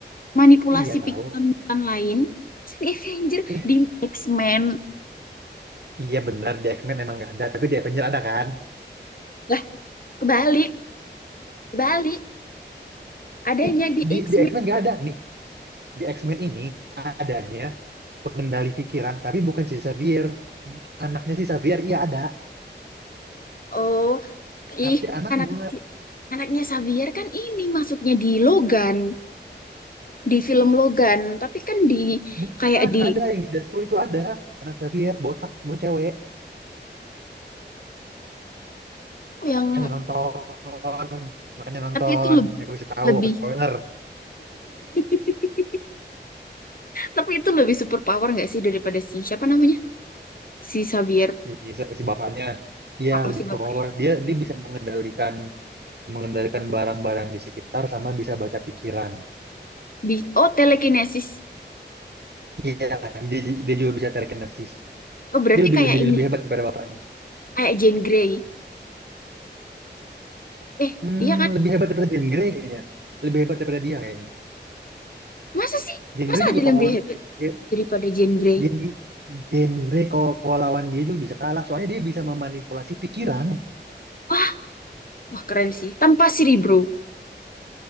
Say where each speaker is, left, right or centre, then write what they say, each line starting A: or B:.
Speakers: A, on the left (about 50°); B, on the right (about 65°).
A: manipulasi
B: iya tahu
A: pikiran mutan lain. Terus Di Avenger,
B: eh
A: di X-Men.
B: iya benar di X-Men emang nggak ada tapi di Avenger ada kan
A: Lah, kebalik, kebalik. Adanya
B: ih
A: di
B: di
A: X-Men.
B: di X-Men nggak ada nih di X-Men ini adanya pengendali pikiran tapi bukan si Xavier anaknya si Xavier iya ada
A: Oh,
B: tapi
A: ih,
B: anaknya
A: anak si, anaknya Xavier kan ini masuknya di Logan, di film Logan, tapi kan di
B: bukan
A: kayak di
B: ada yang di Deadpool itu ada anak Xavier botak mau cewek
A: oh, yang
B: makanya nonton makanya nonton
A: tapi itu lebih,
B: ya aku kasih tahu
A: lebih
B: ke spoiler
A: <laughs> tapi itu lebih super power nggak sih daripada si siapa namanya? si Xavier
B: i- si si bapaknya ya
A: oh oh,
B: lebih
A: si
B: superpower
A: bapaknya
B: dia dia bisa mengendalikan mengendalikan barang-barang di sekitar sama bisa baca pikiran
A: Bi- oh telekinesis
B: iya dia, dia juga bisa telekinesis
A: oh berarti
B: dia lebih
A: kayak
B: lebih
A: ini
B: lebih hebat daripada bapaknya
A: kayak Jane Grey eh
B: hmm,
A: iya kan
B: lebih hebat daripada Jean Grey kayaknya lebih hebat daripada dia kayaknya
A: masa sih
B: Jean
A: masa
B: Grey juga
A: ada yang
B: kalau
A: lebih
B: lawan
A: hebat
B: Ye-
A: daripada Jane Grey
B: Jean Jean Grey kalau kalau lawan dia juga bisa kalah soalnya dia bisa memanipulasi pikiran
A: wah wah keren sih tanpa Cerebro